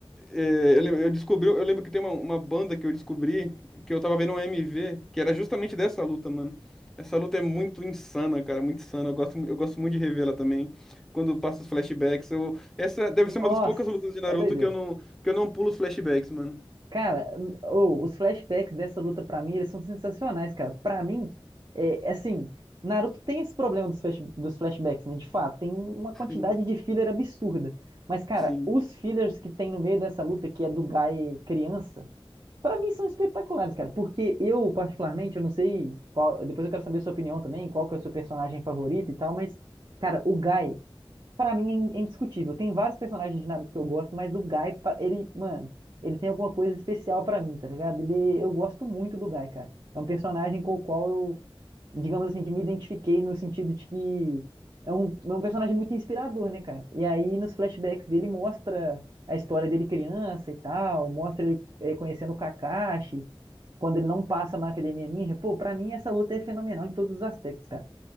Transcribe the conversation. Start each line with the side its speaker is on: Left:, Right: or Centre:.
Centre: É, eu, lem- eu descobri, eu lembro que tem uma, uma banda que eu descobri que eu tava vendo um MV, que era justamente dessa luta, mano. Essa luta é muito insana, cara, muito insana. Eu gosto, mu- eu gosto muito de revê-la também. Quando passa os flashbacks, eu, essa deve
Right: Nossa,
Centre: ser uma das poucas lutas de Naruto
Right: é doideira.
Centre: que eu não, que eu não pulo os flashbacks, mano.
Right: Cara, n- ô, os flashbacks dessa luta pra mim, eles são sensacionais, cara. Pra mim, é assim, Naruto tem esse problema dos, flash- dos flashbacks, né? De fato, tem uma quantidade
Centre: Sim,
Right: de filler absurda. Mas, cara,
Centre: sim.
Right: os fillers que tem no meio dessa luta, que é do Gai criança, pra mim são espetaculares, cara. Porque eu, particularmente, eu não sei qual, depois eu quero saber a sua opinião também, qual que é o seu personagem favorito e tal, mas, cara, o Gai Pra mim é indiscutível. Tem vários personagens de Naruto que eu gosto, mas o Gai, pra- ele, mano, ele tem alguma coisa especial pra mim, tá ligado? Ele, eu gosto muito do Gai, cara. É um personagem com o qual eu, digamos assim, que me identifiquei no sentido de que é um, é um personagem muito inspirador, né, cara? E aí nos flashbacks dele mostra a história dele criança e tal, mostra ele eh, conhecendo o Kakashi, quando ele não passa na Academia Ninja. Pô, pra mim essa luta é fenomenal em todos os aspectos, cara.